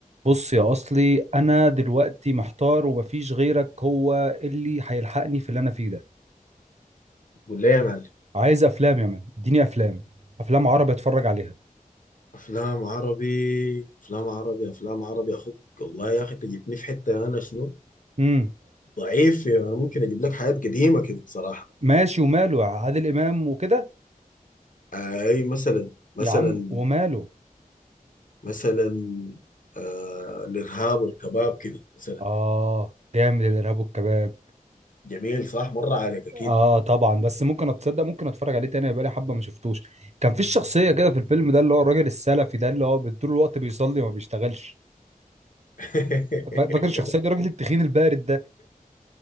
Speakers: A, on the right; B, on the left.
A: بص يا اصلي انا دلوقتي محتار ومفيش غيرك هو اللي هيلحقني في اللي انا فيه ده
B: قول لي يا معلم
A: عايز افلام يا مان اديني افلام افلام عربي اتفرج عليها
B: افلام عربي افلام عربي افلام عربي اخوك والله يا اخي انت جبتني في حته انا شنو
A: امم
B: ضعيف يعني انا ممكن اجيب لك حاجات قديمه كده صراحه
A: ماشي وماله يا عادل امام وكده
B: اي مثلا مثلا
A: يا عم وماله
B: مثلا آه الارهاب والكباب كده مثلا
A: اه جامد الارهاب والكباب
B: جميل صح مر عليك اكيد
A: اه طبعا بس ممكن اتصدق ممكن اتفرج عليه تاني بقالي حبه ما شفتوش كان في الشخصيه كده في الفيلم ده اللي هو الراجل السلفي ده اللي هو طول الوقت بيصلي وما بيشتغلش
B: <laughs>
A: فا- فاكر الشخصيه دي الراجل التخين البارد ده